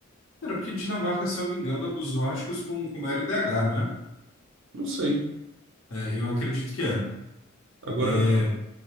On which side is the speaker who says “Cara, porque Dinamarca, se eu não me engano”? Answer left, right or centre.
Left